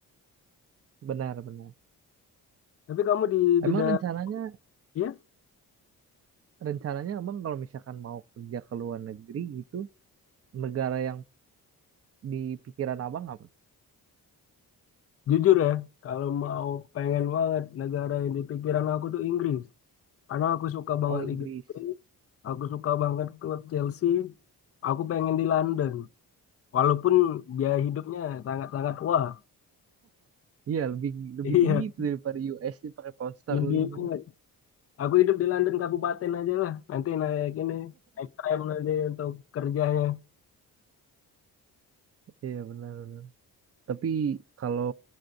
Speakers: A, on the right (about 40°); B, on the left (about 40°).
A: benar benar.
B: Tapi kamu di
A: Emang
B: bidang,
A: rencananya
B: ya
A: rencananya abang kalau misalkan mau kerja ke luar negeri itu negara yang di pikiran abang apa?
B: jujur ya, kalau mau pengen banget negara yang di pikiran aku tuh Inggris. Karena aku suka banget
A: Oh Inggris.
B: Liga Inggris, aku suka banget klub Chelsea, aku pengen di London. Walaupun biaya hidupnya sangat-sangat wah. <laughs>
A: Iya lebih lebih
B: Iya,
A: tinggi itu daripada US dia pakai pound sterling
B: tinggi
A: kan?
B: banget. Aku hidup di London kabupaten aja lah. Nanti naik ini, naik tram nanti untuk kerjanya.
A: Iya benar. Tapi kalau